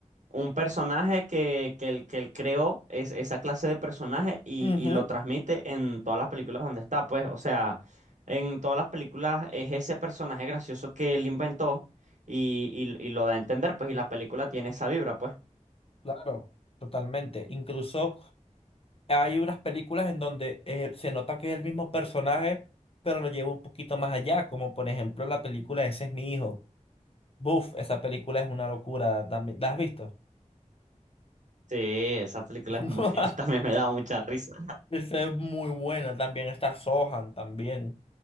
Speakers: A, on the right (about 70°); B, on the left (about 45°).
A: un personaje que, que él, que él creó es esa clase de personaje y,
B: Ujú,
A: y lo transmite en todas las películas donde está, pues, o sea, en todas las películas es ese personaje gracioso que él inventó y, y- y lo da a entender, pues, y la película tiene esa vibra, pues.
B: claro, totalmente. Incluso hay unas películas en donde eh, se nota que es el mismo personaje, pero lo lleva un poquito más allá, como por ejemplo la película Ese es mi hijo. Buf, esa película es una locura también. ¿La has visto?
A: Sí, esa película es
B: <laughs>
A: muy, <laughs> también me da mucha risa.
B: Esa es muy buena. También está Sohan, también.